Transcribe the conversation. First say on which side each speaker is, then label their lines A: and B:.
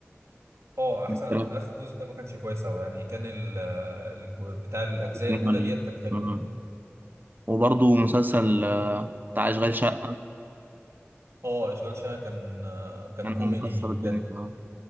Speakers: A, on the right (about 85°); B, on the right (about 40°).
A: اه احسن
B: كلام
A: اخر جزء ده ما كانش كويس قوي يعني كان ال- ال- بتاع الاجزاء
B: كتير
A: الاولى
B: عليه.
A: ديت كانت حلوه
B: مم. وبرضه مسلسل آه، بتاع اشغال شقه
A: اه اشغال شقه كان آه، كان
B: كان
A: كوميدي
B: مكسر الدنيا
A: بجد
B: آه.